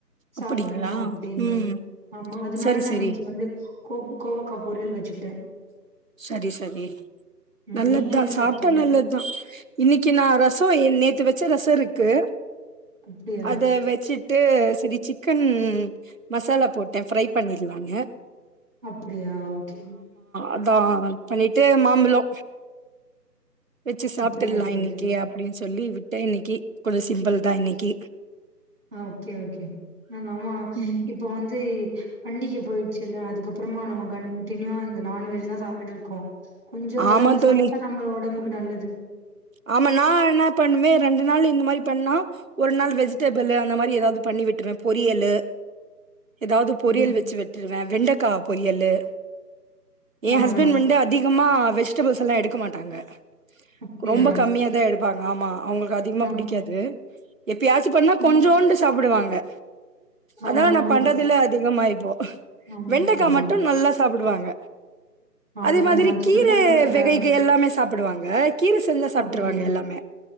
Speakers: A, on the right; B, on the right.
A: சாப்புடனு
B: அப்படிங்களா?
A: அப்டின்னு
B: ம்.
A: ஆமா அதுனால
B: சரி,
A: நா
B: சரி,
A: இன்னிக்கு வந்து கோப் கோவக்கா பொரியல் வச்சுட்டே
B: சரி சரி
A: ம்.
B: நல்லதுதா
A: நீங்க என்ன
B: சாப்ட்டா
A: சாப்ட்டீங்க
B: நல்லதுதா இன்னக்கி நா ரசோ எ நேத்து வெச்ச ரசோ இருக்கு
A: அப்டியா
B: அத வெச்சு ட்டு செரி சிக்கன் மசாலா போட்டே ஃப்ரை பண்ணிடலான்னு
A: அப்டியா ஓகே
B: அதா பண்ணிட்டு மாம்பழோ வெச்சு சாப்ட்டுருலா
A: அப்டியா தோழி
B: இன்னிக்கு அப்டின்னு சொல்லி விட்டே இன்னக்கி கொஞ்சோ சிம்பிள்தா இன்னக்கி
A: ஆ ஓகே ஓகே ஆ நாம
B: ம்.
A: இப்ப வந்து பண்டிக போயிட்ச்சுல்ல அதுக்கப் புறமா நம்ம கண்டினியூவா இந்த நான்வெஜ்தா சாப்புடுட்டு இருக்கோ கொஞ்ச அளவா
B: ஆமா தோழி.
A: சாப்ட்டா நம்ம ஒடம்புக் கு நல்லது
B: ஆமா நா என்ன பண்ணுவே ரெண்டு நாள் இந்த மாரி பண்ணா ஒரு நாள் வெஜிடேபுள் அந்த மாரி எதாவது பண்ணி விட்டுருவே பொரியலு எதாவது பொரியல்
A: ம்
B: வெச்சுவிட்டுருவே வெண்டக்கா பொரியல்லு ஏ
A: ஆமா
B: ஹஸ்பண்ட்
A: ஆமா
B: வன்ட்டு அதி கமா வெஜிடேபுள்ஸ் எல்லா எடுக்கமாட்டாங்க
A: அப்டியா
B: க் ரொம்ப கம்மியாதா எடு ப்பாங்க ஆமா அவங்களுக் றா அதிகமா
A: ஆமா
B: புடிக்காது எப்பியாச்சு பண்ணா
A: ம்
B: கொஞ்சோண்டு சாப்புடுாங் சாப்பிடுவாங்க
A: ஆமா
B: அதா
A: ஆமா
B: நா பண்றதுல அதிகமாயி
A: ஆமா
B: வெண்டைக்கா
A: ஏய்,
B: மட்டு நல்லா ச சாப்புடுவாங்க
A: ஆமா
B: அதே மாதிரி
A: இந்த மாதிரிதா
B: கீரை
A: பண்றாங்க எல்லாருமே
B: வெகைகள் எல்லாமே சாப் ப்புடுவாங்க கீர செஞ்சா சாப்பிட்டுருவாங்க
A: அப்டியா
B: எல்லாமே